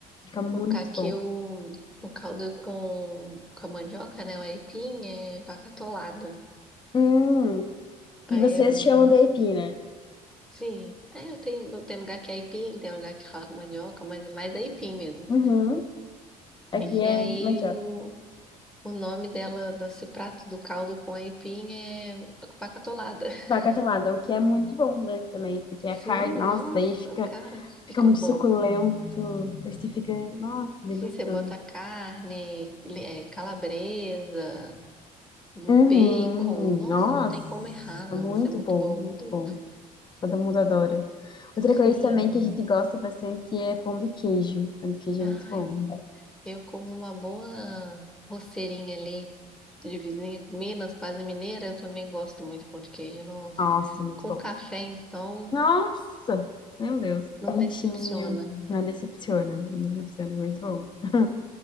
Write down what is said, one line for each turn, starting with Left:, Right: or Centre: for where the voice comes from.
Left: Fica muito
Centre: O caqui,
Left: bom.
Centre: o, o caldo com, com a mandioca, né? O aipim é vaca atolada.
Left: Hum,
Centre: Aí
Left: e vocês
Centre: é é
Left: chamam de aipim, né?
Centre: Sim. É, eu tenho, tem lugar que é aipim, tem lugar que fala com mandioca, mas é mais aipim mesmo.
Left: Uhum. Aqui
Centre: E
Left: é
Centre: aí
Left: mandioca.
Centre: o, o nome dela, desse prato do caldo com aipim é pacatolada. <laughs>
Left: Vaca atolada, o que é muito bom, né? Também, porque a
Centre: Sim,
Left: carne, nossa,
Centre: nossa,
Left: aí fica,
Centre: cara,
Left: fica
Centre: fica
Left: muito
Centre: bom.
Left: suculento. Aí você fica, nossa, bem
Centre: Sim,
Left: gostoso.
Centre: você bota carne, é, calabresa, um
Left: Uhum,
Centre: bacon. Nossa,
Left: nossa,
Centre: não tem como errar, não.
Left: muito
Centre: Isso é muito
Left: bom,
Centre: bom,
Left: muito
Centre: muito
Left: bom.
Centre: bom.
Left: Todo mundo adora. Outra
Centre: Sim,
Left: coisa também que a gente gosta bastante é pão de queijo. Pão de queijo
Centre: ai,
Left: é muito bom.
Centre: eu como uma boa roceirinha ali de vizinha, Minas, quase mineira, eu também gosto muito de pão de queijo. Nossa,
Left: Nossa, muito
Centre: com
Left: bom.
Centre: café, então,
Left: Nossa, meu Deus.
Centre: não
Left: Quentinho.
Centre: decepciona.
Left: Não decepciona, não decepciona. Muito bom. <laughs>